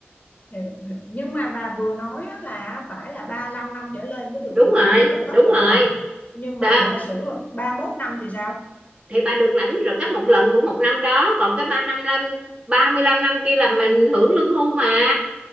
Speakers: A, on the left; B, on the right.
A: Hiểu, hiểu. Nhưng mà bà vừa nói á là phải là ba lăm năm trở lên mới được
B: đúng
A: ờ,
B: rồi
A: tính trợ cấp
B: đúng
A: một
B: rồi
A: lần. Nhưng
B: đó,
A: mà giả sử ba mốt năm thì sao?
B: thì bà được lãnh trợ cấp một lần của một năm đó còn cái ba năm năm ba mươi lăm năm kia là mình hưởng lương hưu mà